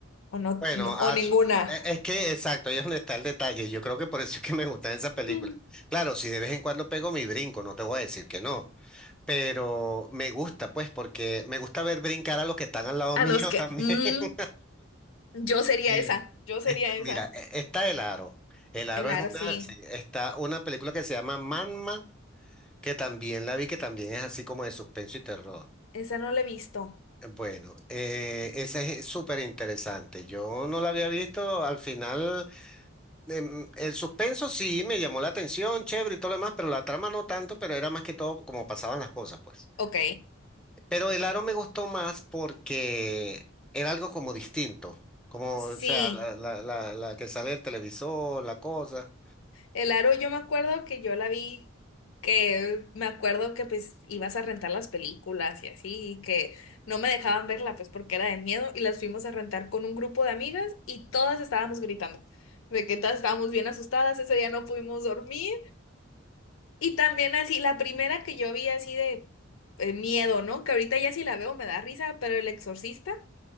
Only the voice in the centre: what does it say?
Bueno,
ah,
s- e- es que exacto, ahí es donde está el detalle. Yo creo que por eso es que me gustan esas películas.
Claro, si de vez en cuando pego mi brinco, no te voy a decir que no, pero me gusta, pues, porque me gusta ver brincar a los que están al lado
mío
también.
<laughs>
Sí.
Mira, e- está El Aro. El Aro
es una,
sí, está una película que se llama Manma, que también la vi, que también es así como de suspenso y terror.
Bueno, eh, esa es súper interesante. Yo no la había visto al final. em, el suspenso sí me llamó la atención, chévere y todo lo demás, pero la trama no tanto, pero era más que todo como pasaban las cosas, pues.
Pero el aro me gustó más porque era algo como distinto, como,
o sea, la, la, la, la que sale el televisor, la cosa.